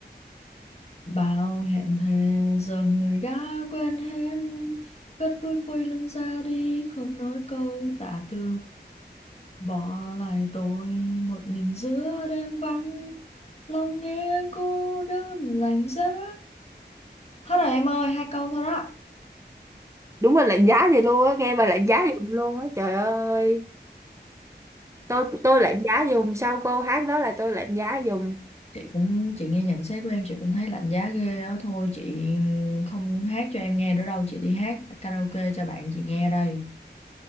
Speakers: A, on the left; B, on the right.
A: bao hẹn thề giờ người đã quên hết cất bước quay lưng ra đi không nói câu tạ từ bỏ lại tôi một mình giữa đêm vắng lòng nghe cô đơn lạnh giá hết rồi em ơi hai câu thôi đó
B: đúng là lạnh giá thì luôn á nghe mà lạnh giá dùm luôn á trời ơi tôi tôi lạnh giá dùm sau câu hát đó là tôi lạnh giá dùm
A: chị cũng chị nghe nhận xét của em chị cũng thấy lạnh giá ghê đó thôi chị không hát cho em nghe nữa đâu chị đi hát karaoke cho bạn chị nghe đây